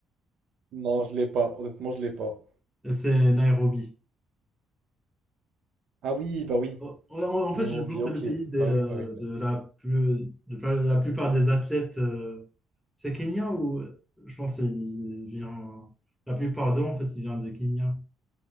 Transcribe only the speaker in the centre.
C'est Nairobi.
En, en- en
fait, je pense
que c'est le pays des,
euh,
de
la plus, de la la plupart des athlètes. euh, C'est Kenya ou je pense qu'il vient. La plupart d'eux, en fait, ils viennent de Kenya.